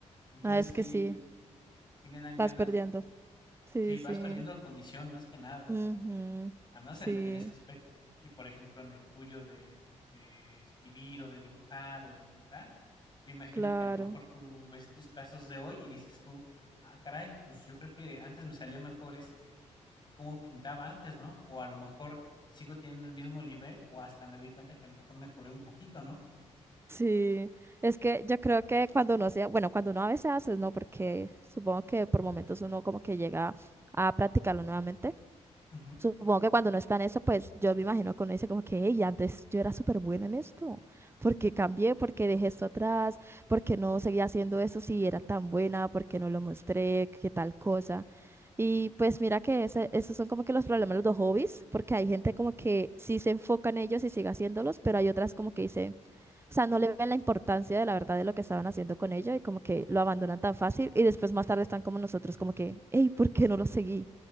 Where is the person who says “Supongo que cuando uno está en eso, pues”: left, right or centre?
Right